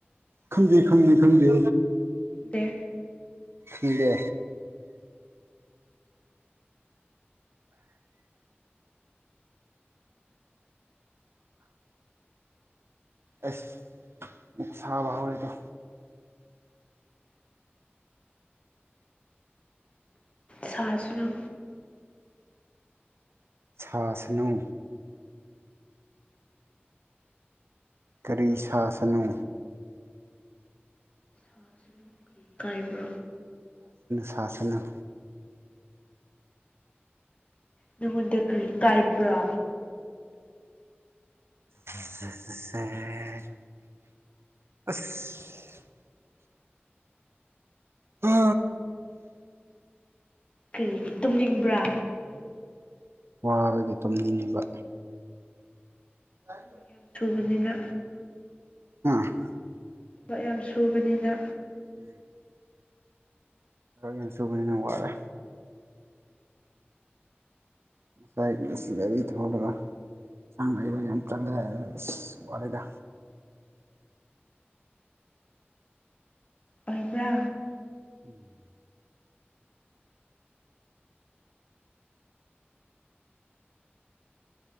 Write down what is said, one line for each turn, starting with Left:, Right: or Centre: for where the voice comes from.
Right: ꯈꯪꯗꯦ ꯈꯪꯗꯦ ꯈꯪꯗꯦ
Left: ꯗ
Right: ꯗꯦ ꯑꯦꯁ ꯃꯨꯛ ꯁꯥꯕꯍꯔꯦꯠꯇ
Left: ꯁꯖꯅ
Right: ꯁꯥꯥꯁꯅꯣ ꯀꯔꯤ
Left: ꯁꯥꯁꯅꯨ
Right: ꯁꯥꯁꯟꯅꯣ
Left: ꯐꯥꯁꯅ ꯀꯥꯏꯕ꯭ꯔꯣ
Right: ꯁꯥ ꯁꯅ
Left: ꯅꯪꯉꯣꯟꯗ ꯀꯔꯤ ꯀꯥꯏꯕ꯭ꯔꯥ
Right: ꯑꯁ ꯍ
Left: ꯀꯔꯤꯒꯤ ꯇꯨꯝꯅꯤꯡꯕ꯭ꯔꯥ
Right: ꯋꯥꯕꯒꯤ ꯇꯨꯝꯅꯤꯡꯉꯕ ꯑ
Left: ꯊꯕ ꯌꯥꯝ ꯊꯨꯕꯅꯤꯅ
Right: <unintelligible>
Left: ꯊꯕꯛ ꯌꯥꯝ ꯁꯨꯕꯅꯤꯅ
Right: ꯎꯝ ꯍ ꯌꯥꯝ ꯁꯨꯕꯅꯤ ꯌꯥꯝ ꯋꯥꯔꯦ ꯉꯁꯥꯏ ꯉꯁꯤ ꯒꯥꯔꯤ ꯊꯂꯒ ꯌꯦꯟꯁꯥꯡ ꯂꯩꯕ ꯌꯥꯝ ꯆꯜꯂꯦ ꯑ ꯋꯥꯔꯤꯗ
Left: ꯑꯣꯏꯕꯥ
Right: ꯎꯝ